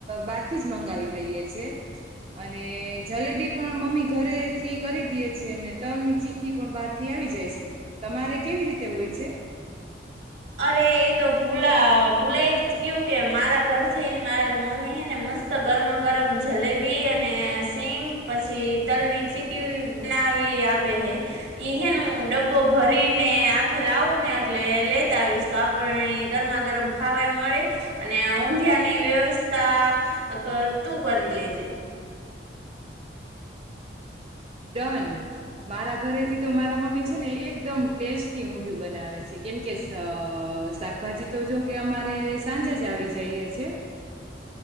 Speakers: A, on the right; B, on the right.
A: બહારથી જ મંગાવી લઈએ છે અને જલેબી પણ મમ્મી ઘરેથી કરી દેએ છે અને તલ ની ચીકી પણ બહારથી થી આવી જાય છે તમારે કેવી રીતે હોય છે
B: અરે એ તો ભૂલા ભૂલાય જ ગયું કે મારા ઘરથીને મારા મમ્મી હેને મસ્ત ગરમ ગરમ જલેબી અને સીંગ પછી તલની ચીકી બનાવી આપે હે ઈ હેનું ડબ્બો ભરીને આખે લાવું ને એટલે લે સતાવીશ તો આપને ગરમા ગરમ ખાવાય મળે અને ઊંધીયાની વ્યવસ્થા તું કરી લેજે
A: ડન મારા ઘરેથી તો મારા મમ્મી છે ને એકદમ ટેસ્ટી ઊંધિયું બનાવે છે કેમકે શાકભાજી તો જો કે અમારે સાંજે જ આવી જઈએ છે